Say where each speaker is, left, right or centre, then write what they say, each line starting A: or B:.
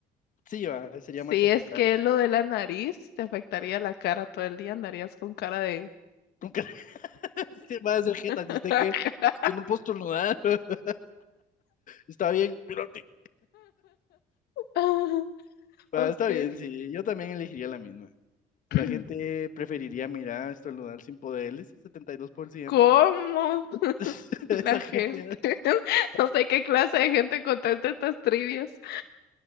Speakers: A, on the left; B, on the left.
A: Sí, va, sería
B: Sí,
A: más soportable.
B: es que lo de la nariz te afectaría la cara todo el día, andarías con cara de...
A: Nunca <laughs> se va a hacer jeta, si
B: <laughs>
A: usted qué yo no puedo estornudar. <laughs> Está bien, espérate.
B: Ah,
A: Va,
B: Ok.
A: está bien, sí. Yo también elegiría la misma. La
B: <clears throat>
A: gente preferiría mirar estornudar sin poderes, el setenta y dos por ciento
B: ¿Cómo
A: <laughs> Esa
B: la
A: gente
B: gente? <laughs> No sé qué clase de gente contesta estas trivias.